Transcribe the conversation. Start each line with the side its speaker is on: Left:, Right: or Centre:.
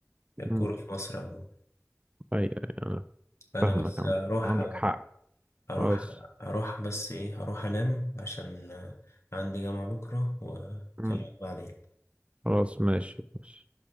Left: الكورة
Right: امم
Left: في مصر عموما
Right: ايوه ايوه أنا
Left: أنا
Right: فاهمك
Left: بس
Right: يا
Left: أروح
Right: عم- عندك حق
Left: أروح
Right: خلاص
Left: أروح بس إيه أروح أنام عشان عندي جامعة بكرة وأكلمك
Right: امم
Left: بعدين
Right: خلاص ماشي ماشي